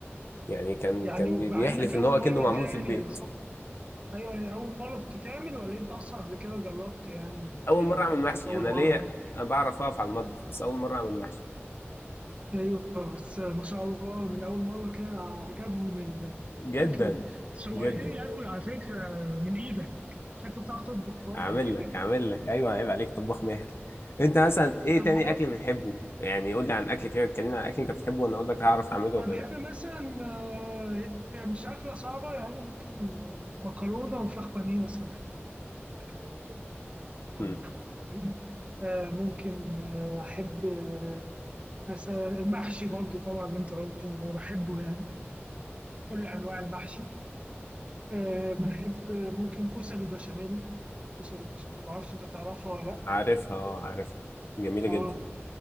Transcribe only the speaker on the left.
يعني كان
كان
بي- بيحلف
ان هو
كأنه معمول
في البيت
اول
مره اعمل
محشي
انا
ليا أنا بعرف اقف على المطبخ بس اول مره اعمل محشي
جدا
جدا
اعمل
لك اعمل لك ايوه عيب عليك طباخ ماهر انت مثلا ايه
تاني
اكل بتحبه يعني قول لي عن اكل كده اتكلمنا عن اكل انت بتحبه وانا اقول لك هعرف اعمله
ولا
لا
عارفها اه عارفها جميلة جدا